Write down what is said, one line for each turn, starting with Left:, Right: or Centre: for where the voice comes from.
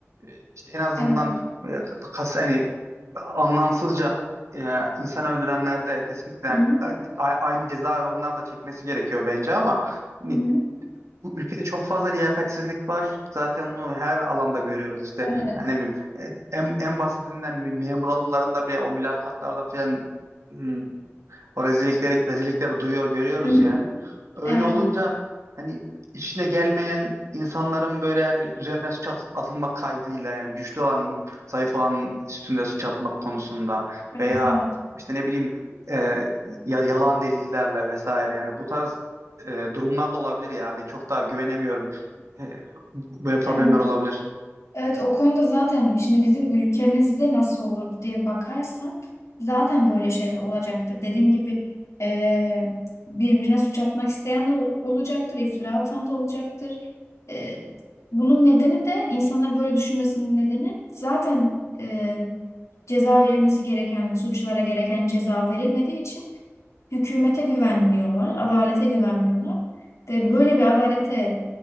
Right: e, işte en azından
Left: Evet.
Right: e, kas hani anlamsızca e, insan öldürenler de kesinlikle e,
Left: Hı hı.
Right: a- aynı cezayı onlar da çekmesi gerekiyor bence ama hani
Left: Hı hı.
Right: bu ülkede çok fazla liyakatsizlik var. Zaten bunu her alanda görüyoruz işte.
Left: Evet.
Right: Yani ne bileyim e, en, en basitinden me- memur alımlarında bile o mülakatlarda falan hmm, o rezillikleri, rezillikleri duyuyor, görüyoruz
Left: Hı hı.
Right: yani. Öyle
Left: Evet.
Right: olunca hani işine gelmeyen insanların böyle hani üzerine suç at- atılmak kaydıyla yani güçlü olan, zayıf olanın üstünde suç atmak konusunda
Left: Evet.
Right: veya
Left: Evet.
Right: işte ne bileyim e, ya- yalan delillerle vesaire yani bu tarz e, durumlar da olabilir yani çok daha güvenemiyorum. E, böyle problemler
Left: Evet.
Right: olabilir.
Left: Evet. O konuda zaten şimdi bizim ülkemizde nasıl olurdu diye bakarsan zaten böyle şeyler olacaktır. Dediğim gibi eee, birbirine suç atmak isteyen de ol- olacaktır. iftira atan da olacaktır. Eee, bunun nedeni de insanların böyle düşünmesinin nedeni zaten eee ceza verilmesi gereken suçlara gereken ceza verilmediği için hükümete güvenmiyorlar, adalete güvenmiyorlar. Ve böyle bir adalete